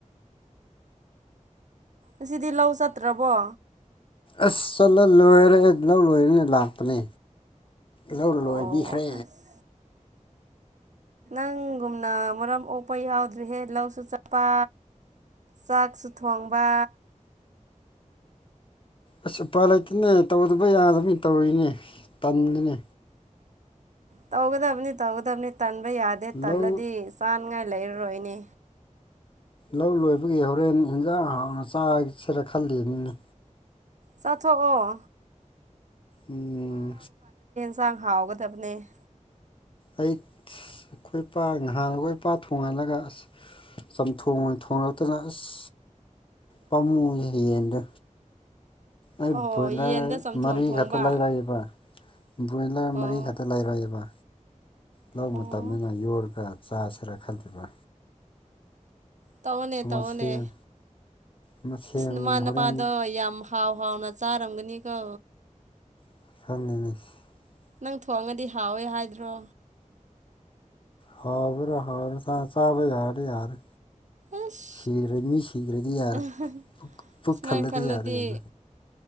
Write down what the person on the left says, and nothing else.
ꯑꯁ ꯆꯠꯂ ꯂꯣꯏꯔꯦꯍꯦ ꯂꯧ ꯂꯣꯏꯔꯒ ꯂꯥꯛꯄꯅꯦ ꯂꯧ ꯂꯣꯏꯕꯤꯈ꯭ꯔꯦ
ꯑꯁ ꯎꯄꯥꯏ ꯂꯩꯇꯦꯅꯦ ꯇꯧꯗꯕ ꯌꯥꯗꯕꯒꯤ ꯇꯧꯔꯤꯅꯦ ꯇꯟꯂꯤꯅꯦ
ꯂꯧ
ꯂꯧ ꯂꯣꯏꯕꯒꯤ ꯍꯣꯔꯦꯟ ꯏꯟꯁꯥꯡ ꯍꯥꯎꯅ ꯆꯥꯁꯤꯔ ꯈꯜꯂꯤꯅꯤ
ꯎꯝ
ꯑꯩ ꯑꯩꯈꯣꯏ ꯏꯄꯥꯛ ꯅꯍꯥꯟꯈꯣꯏ ꯏꯄꯥ ꯊꯣꯡꯍꯜꯂꯒ ꯑꯁ ꯆꯝꯊꯣꯡ ꯑꯣꯢꯅ ꯊꯣꯡꯂꯛꯇꯅ ꯑꯁ ꯄꯥꯝꯃꯨ ꯌꯦꯟꯗ ꯑꯩ
ꯚꯣꯏꯂꯦ
ꯃꯔꯤ
ꯈꯛꯇ ꯂꯩꯔꯛꯑꯦꯕ ꯕ꯭ꯔꯣꯏꯂꯔ
ꯃꯔꯤꯈꯛꯇ ꯂꯩꯔꯛꯑꯦꯕ ꯂꯧ
ꯃꯇꯝꯅꯤꯅ ꯌꯣꯛꯂꯒ ꯆꯥꯁꯤꯔ ꯈꯜꯂꯤꯕ
ꯑꯃ
ꯁꯦꯝ ꯑꯃ ꯁꯦꯝ
ꯍꯣꯔꯦꯟ
<unintelligible>
ꯍꯥꯎꯕ꯭ꯔꯥ ꯍꯥꯎꯕ ꯆꯥ ꯆꯥꯕ ꯌꯥꯔꯗꯤ ꯌꯥꯔꯦ
ꯁꯤꯗ꯭ꯔꯦ ꯃꯤ ꯁꯤꯗ꯭ꯔꯗꯤ ꯌꯥꯔꯦ
ꯄꯨꯛ
ꯊꯜꯂꯗꯤ
ꯌꯥꯔꯦ ꯀꯩꯅꯣ